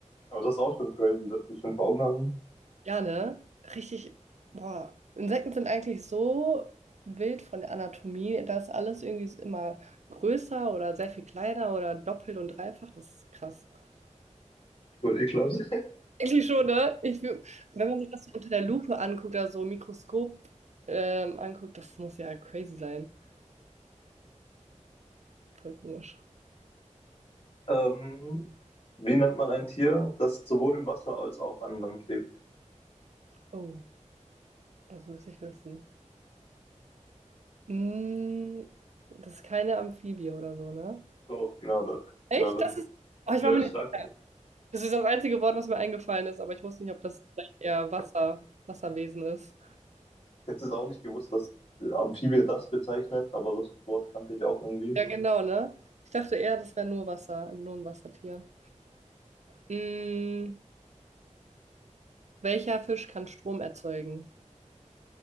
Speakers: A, on the left (about 45°); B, on the right (about 60°).
A: Aber das ist auch schon crazy, dass die fünf Augen haben.
B: Ja, ne? Richtig. Boah. Insekten sind eigentlich so wild von der Anatomie, dass alles irgendwie immer größer oder sehr viel kleiner oder doppelt und dreifach. Das ist krass.
A: Voll ekelhaft.
B: Eigentlich schon, ne? Ich, wür- wenn man sich das so unter der Lupe anguckt, also so Mikroskop ähm, anguckt, das muss ja crazy sein. Voll komisch.
A: Ähm, wie nennt man ein Tier, das sowohl im Wasser als auch an Land lebt?
B: Oh, das müsste ich wissen. Mm, das ist keine Amphibie oder so, ne?
A: Doch, genau das.
B: Echt?
A: Genau
B: Das
A: das.
B: ist. Oh, ich
A: Ja,
B: war mir
A: stark.
B: nicht sicher. Das ist das einzige Wort, was mir eingefallen ist, aber ich wusste nicht, ob das vielleicht eher Wasser, Wasserwesen ist.
A: <laughs> Jetzt ist auch nicht gewusst, dass Amphibie das bezeichnet, aber das Wort kannte ich auch irgendwie.
B: Ja, genau, ne? Ich dachte eher, das wäre nur Wasser, nur ein Wassertier. Mm, welcher Fisch kann Strom erzeugen?